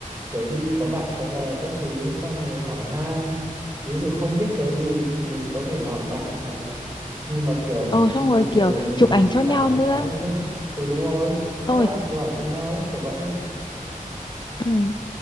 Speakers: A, on the right (about 20°); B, on the left (about 30°).
A: kiểu đi có bạn có bè các thứ xong rồi hỏi han ví dụ không biết cái gì thì mình có thể hỏi bạn này nhưng mà kiểu
B: Ồ,
A: khi
B: xong
A: mình
B: rồi kiểu
A: ở một mình
B: chụp
A: mình
B: ảnh cho nhau
A: chả đối
B: nữa.
A: phó gì hết đấy ừ đúng rồi
B: Xong
A: các bạn
B: rồi
A: chụp ảnh cho nhau ấy kiểu vậy
B: Ừ.